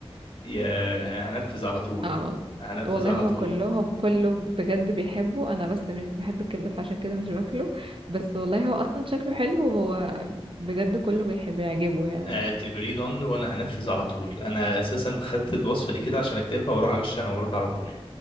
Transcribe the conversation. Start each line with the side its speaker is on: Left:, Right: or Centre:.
Left: يا هنفذ على طول
Right: اه وال-
Left: هنفذ
Right: والله
Left: على
Right: هما
Left: طول
Right: كلهم كله بجد بيحبه انا بس مش بحب الكبدة فعشان كده مش باكله بس والله هو اصلا شكله حلو وهو بجد كله بيحبه يعجبه يعني
Left: اعتبريه done وانا هنفذ على طول انا اساسا خدت الوصفه دي كده عشان اكتبها واروح اغشها انا ومراتي على طول